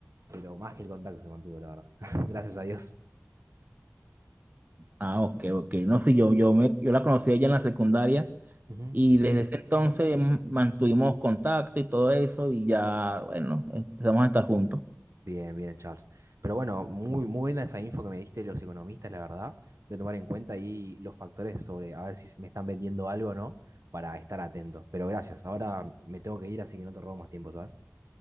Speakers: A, on the right; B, on the right.
A: pero más que el contacto se mantuvo, la verdad. <laughs> Gracias a Dios.
B: ah, ok, ok. No sé, yo, yo, me, yo la conocí a ella en la secundaria
A: Ujú.
B: y desde ese entonces m- mantuvimos contacto y todo eso y ya, bueno, empezamos a estar juntos.
A: Bien, bien, Charles. Pero bueno, muy, muy buena esa info que me diste de los economistas, la verdad. Voy a tomar en cuenta ahí los factores sobre a ver si me están vendiendo algo o no, para estar atento. Pero gracias, ahora me tengo que ir, así que no te robo más tiempo, ¿sabes?